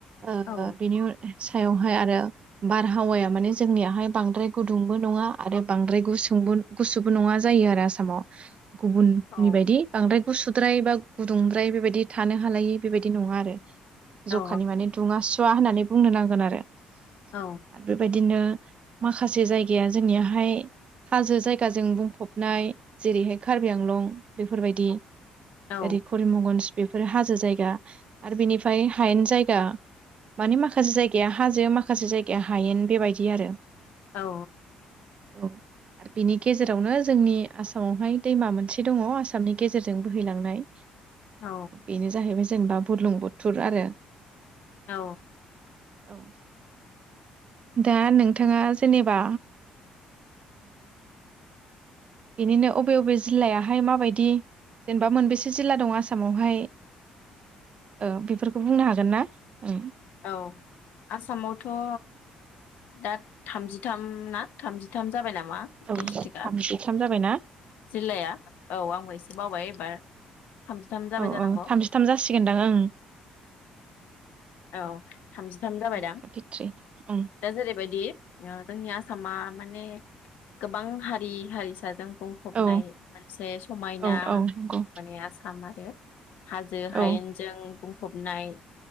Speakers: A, on the right; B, on the left.
A: ओ
B: औ
A: बिनि सायावहाय आरो बारहावाया माने जोंनियाहाय बांद्राय गुदुंबो नङा आरो बांद्राय गुसु गुसुबो नङा जायो आरो आसामाव। गुबुननि
B: औ
A: बायदि बांद्राय गुसुद्राय बा गुदुंद्राय बेबायदि थानो हालायि बेबायदि नङा आरो।
B: औ
A: जखानि मानानि दुङा सु ङा होननानै बुंनो नांगोन आरो। आरो
B: औ
A: बेबायदिनो माखासे जायगाया जोंनियाहाय हाजो जायगाजों बुंफबनाय जेरैहाय कार्बि आंलं बेफोरबायदि
B: औ
A: ओरै करिमगन्ज बेफोरो हाजो जायगा आरो बेनिफ्राय हायेन जायगा मानि माखासे जायगाया हाजो माखासे जायगाया हायेन बेबायदि आरो।
B: औ।
A: औ आरो बिनि गेजेरावनो जोंनि आसामावहाय दैमा मोनसे दङ आसामनि गेजेरजों बोहैलांनाय
B: औ
A: बेनो जाहैबाय। जेनेबा बुरलुंबुथुर आरो।
B: औ।
A: औ। दा नोंथाङा जेनेबा बिनिनो अबे अबे जिल्लायाहाय माबायदि जेनेबा मोनबेसे जिल्ला दं आसामावहाय औ बेफोरखौ बुंनो हागोन ना? ओं।
B: औ आसामावथ ओ दा थामजिथाम ना थामजिथाम जाबाय नामा
A: औ
B: डिस्ट्रिक्टआ
A: थामजिथाम जाबायना
B: जिल्लाया औ आंबो एसे बावबाय <unintelligible> जाबाय
A: औ
B: जानांगौ
A: औ थामजिथाम जासिगोनदां ओं।
B: औ थामजिथाम जाबाय
A: थार्टिथ्रि
B: दां
A: ओं
B: दा जेरै बेबायदि जोंनि आसामा माने गोबां हारि हारिसाजों बुंफबनाय
A: औ
B: मोनसे समायना
A: औ औ नंगौ
B: माने आसामा <inaudible> हाजो हायेनजों
A: औ
B: बुं फबनाय